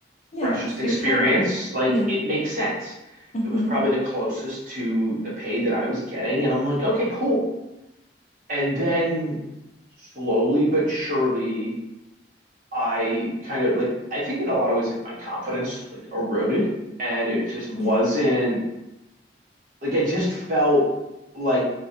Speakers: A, on the left; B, on the right.
A: yeah,
B: freshest
A: that's
B: experience.
A: your title.
B: Like
A: Yeah.
B: it makes sense.
A: Mm-hmm.
B: It was probably the closest to the pay that I was getting. And I'm like, okay, cool. And then slowly but surely, I kind of like, I think in a lot of ways, like my confidence like eroded and it just
A: Yeah.
B: wasn't like, I just felt like,